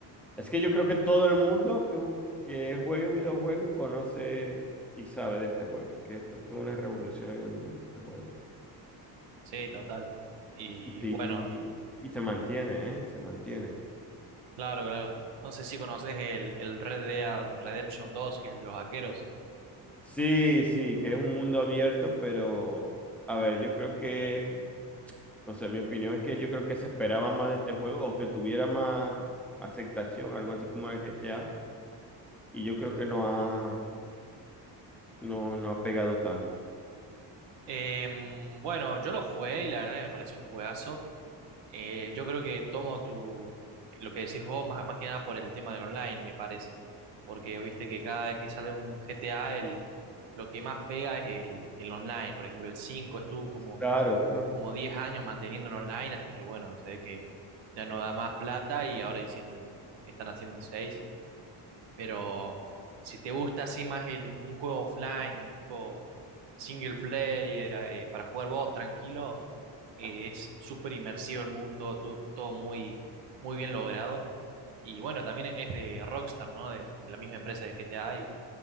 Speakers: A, in the centre; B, on the right.
A: Es que yo creo que todo el mundo que, que juegue videojuegos conoce y sabe de este juego. Es que esto fue una revolución en el mundo, este juego.
B: sí, total. Y
A: Y, te-
B: bueno,
A: y- y se mantiene, ¿eh? Y se mantiene.
B: Claro, claro. No sé si conoces el, el Red Dead Redemption dos, que es el de los vaqueros.
A: Sí, sí, que es un mundo abierto, pero a ver, yo creo que, no sé, mi opinión es que yo creo que se esperaba más de este juego o que tuviera más aceptación, algo así como el GTA, y yo creo que no ha, no, no ha pegado tanto.
B: Em, bueno, yo lo jugué y la verdad que me pareció un juegazo. Eh, yo creo que tomo tu, lo que decís vos más, más que nada por el tema del online, me parece. Porque viste que cada vez que sale un GTA, el, lo que más pega es el, el online. Por ejemplo, el 5 estuvo como,
A: Claro, claro.
B: como 10 años manteniendo el online hasta que, bueno, se ve que ya no da más plata y ahora hicieron, el- están haciendo un 6. Pero si te gusta así más el, un juego offline, tipo single player, eh, para jugar vos tranquilo, eh, es súper inmersivo el mundo, todo, todo muy, muy bien logrado. Y bueno, también es de Rockstar, ¿no? De, de la misma empresa de GTA y,